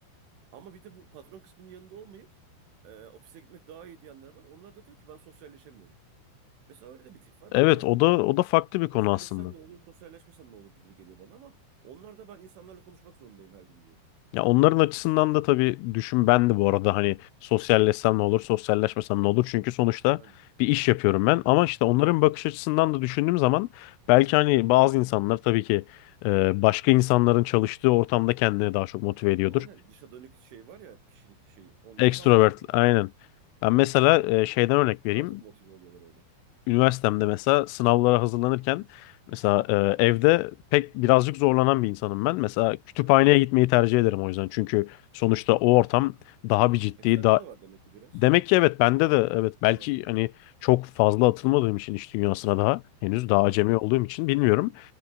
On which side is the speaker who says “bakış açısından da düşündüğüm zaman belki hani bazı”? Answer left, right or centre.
Left